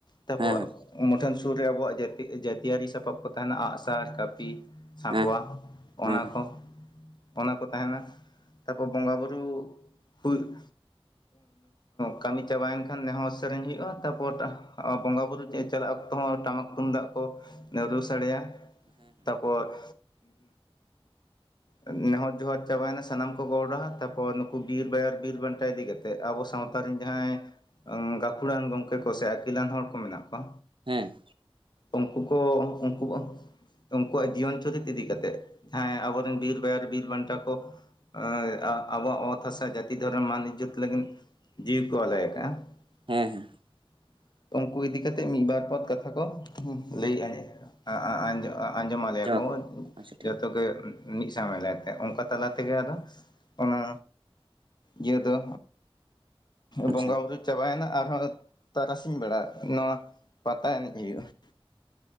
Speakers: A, on the left; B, on the right.
A: ᱛᱟᱠᱚᱣᱟᱜ
B: ᱦᱮᱸ ᱦᱮᱸ ᱦᱮᱸ
A: ᱢᱩᱴᱷᱟᱹᱱ ᱥᱩᱨ ᱨᱮ ᱟᱵᱚᱣᱟᱜ ᱡᱟᱹᱛᱤᱭᱟᱹᱨᱤ ᱥᱟᱯᱟᱵ ᱠᱚ ᱛᱟᱦᱮᱱᱟ ᱟᱸᱜᱼᱥᱟᱨ, ᱠᱟᱹᱯᱤ, ᱥᱟᱸᱠᱚᱣᱟ
B: ᱦᱮᱸ
A: ᱚᱱᱟ
B: ᱦᱮᱸ ᱦᱮᱸ ᱦᱮᱸ ᱦᱮᱸ
A: ᱠᱚ ᱚᱱᱟ ᱠᱚ ᱛᱟᱦᱮᱱᱟ ᱛᱟᱯᱚᱨ ᱵᱚᱸᱜᱟ ᱵᱩᱨᱩ ᱦᱩᱭ ᱠᱟᱹᱢᱤ ᱪᱟᱵᱟᱭᱮᱱ ᱠᱷᱟᱱ ᱱᱮᱦᱚᱸᱨ ᱥᱮᱨᱮᱧ ᱦᱩᱭᱩᱜᱼᱟ, ᱛᱟᱯᱚᱨ ᱵᱚᱸᱜᱟ ᱵᱩᱨᱩ ᱪᱟᱞᱟᱜ ᱚᱠᱛᱚ ᱦᱚᱸ ᱴᱟᱢᱟᱠ ᱛᱩᱢᱫᱟᱜ ᱠᱚ ᱨᱩ ᱥᱟᱰᱮᱭᱟ, ᱛᱟᱨᱯᱚᱨ ᱱᱮᱦᱚᱨ ᱡᱚᱦᱟᱨ ᱪᱟᱵᱟᱭᱮᱱᱟ ᱥᱟᱱᱟᱢ ᱠᱚ ᱜᱚᱰᱼᱟ ᱛᱟᱯᱚᱨ ᱵᱤᱨ ᱵᱟᱭᱟᱨ ᱵᱤᱨᱵᱟᱱᱴᱟ ᱤᱫᱤ ᱠᱟᱛᱮᱫ ᱟᱵᱚ ᱥᱟᱶᱛᱟ ᱨᱮᱱ ᱡᱟᱦᱟᱸᱭ, ᱜᱟᱹᱠᱷᱩᱲᱟᱱ ᱜᱚᱢᱠᱮ ᱠᱚ ᱥᱮ ᱟᱹᱠᱤᱞᱟᱱ ᱦᱚᱲ ᱠᱚ ᱢᱮᱱᱟᱜ ᱠᱚᱣᱟ,
B: ᱦᱮᱸ
A: ᱩᱱᱠᱩ ᱠᱚ ᱩᱱᱠᱩ ᱩᱱᱠᱩᱣᱟᱜ ᱡᱤᱭᱚᱱ ᱪᱩᱨᱤᱛ ᱤᱫᱤ ᱠᱟᱛᱮᱜ ᱡᱟᱦᱟᱸᱭ ᱟᱵᱚᱨᱮᱱ ᱵᱤᱨᱵᱟᱭᱟᱨ ᱵᱤᱨ ᱵᱟᱱᱴᱟ ᱠᱚ, ᱟᱹᱭ ᱟᱵᱚᱣᱟᱜ ᱚᱛ, ᱦᱟᱥᱟ ᱡᱟᱹᱛᱤ ᱫᱷᱚᱨᱚᱢ ᱢᱟᱹᱱ ᱤᱡᱡᱟᱹᱛ ᱞᱟᱹᱜᱤᱫ ᱡᱤᱣᱤ ᱠᱚ ᱟᱞᱟᱭ ᱠᱟᱜᱼᱟ᱾
B: ᱦᱮᱸ ᱦᱮᱸ
A: <inaudible> ᱩᱱᱠᱩ ᱤᱫᱤ ᱠᱟᱛᱮ ᱢᱤᱫ ᱵᱟᱨ ᱯᱚᱫ ᱠᱟᱛᱷᱟ ᱠᱚ ᱞᱟᱹᱭ ᱮᱜᱼᱟ ᱟᱸᱡᱚᱜᱼᱟ, ᱟᱸᱡᱚᱢ ᱟᱞᱮᱭᱟ ᱠᱚ
B: ᱠᱮᱫ ᱟᱪᱪᱷᱟ ᱴᱷᱤᱠ
A: ᱡᱚᱛᱚ ᱜᱮ, ᱢᱤᱫ ᱥᱟᱶ ᱢᱮᱞᱟᱭ ᱛᱮ ᱚᱱᱠᱟ ᱛᱟᱞᱟᱛᱮᱜᱮ ᱟᱫᱚ ᱚᱱᱟ ᱤᱭᱟᱹ ᱫᱚ
B: ᱟᱪᱪᱷᱟ
A: ᱵᱚᱸᱜᱟ ᱵᱩᱨᱩ ᱪᱟᱵᱟᱭᱮᱱᱟ, ᱟᱨᱦᱚᱸ ᱛᱟᱨᱟᱥᱤᱧ ᱵᱮᱲᱟ ᱱᱚᱣᱟ ᱯᱟᱛᱟ ᱮᱱᱮᱡ ᱦᱩᱭᱩᱜᱼᱟ ᱾